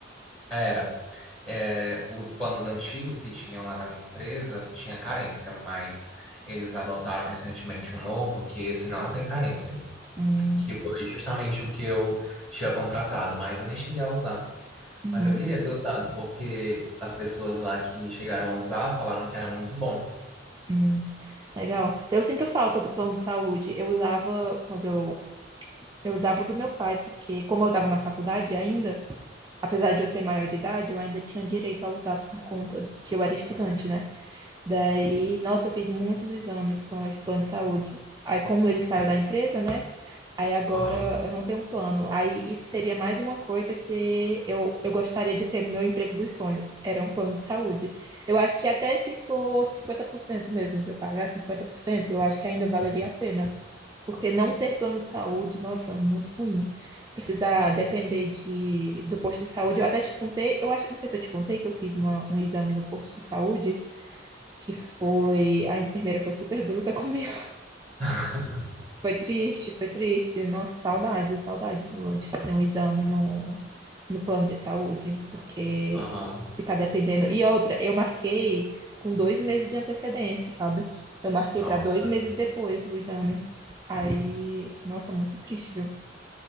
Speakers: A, in the centre; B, on the right.
A: Era. é, os planos antigos que tinham lá na minha empresa tinha carência, mas eles adotaram recentemente um novo que esse não tem carência,
B: Hum,
A: que foi justamente o que eu tinha contratado, mas eu nem cheguei a usar.
B: uhum,
A: Mas eu queria ter usado porque as pessoas lá que chegaram a usar falaram que era muito bom.
B: hum. Legal. Então, eu sinto falta do plano de saúde. Eu usava quando eu, eu usava o do meu pai, porque como eu estava na faculdade ainda, Apesar de eu ser maior de idade, eu ainda tinha direito a usar por conta que eu era estudante, né? Daí, nossa, eu fiz muitos exames com esse plano de saúde. Aí, como ele saiu da empresa, né? Aí agora
A: Aham,
B: eu não tenho um plano. Aí isso seria mais uma coisa que eu, eu gostaria de ter no meu emprego dos sonhos. Era um plano de saúde. Eu acho que até se for 50% mesmo, que eu pagar 50% eu acho que ainda valeria a pena. Porque não ter plano de saúde, nossa, muito ruim. Precisar depender de, do posto de saúde. Eu até te contei, eu acho, não sei se eu te contei que eu fiz uma- um exame no posto de saúde, que foi, a enfermeira foi super bruta <laughs> comigo.
A: <laughs>
B: Foi triste, foi triste. Nossa, saudade, saudade do- de fazer um exame no, no plano de saúde, porque
A: aham.
B: ficar dependendo. E outra, eu marquei com dois meses de antecedência, sabe? Eu marquei
A: Nossa.
B: para dois meses depois o exame. Aí, nossa, muito triste, viu?